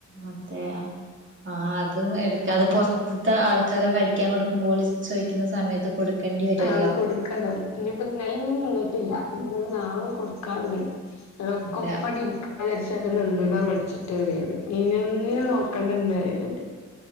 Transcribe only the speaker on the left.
ആഹ് കൊടുക്കണം ഇനിപ്പൊ ഇനല്ലിം ഇന്നെന്നും നിന്നിട്ടില്ല ഇനിനാളെ കൊട്ക്കാണ്ട്. ന്നട്ട് ഒക്കെപ്പണിരിക്ക.
ആലക്ഷക്കെനിന്ന് നിന്നാൻ മടിച്ചിട്ട്ണ്ട് ഞ്ഞിഇന്ന് നോക്കണ്ട ഇന്ന് പറയല്ണ്ട്.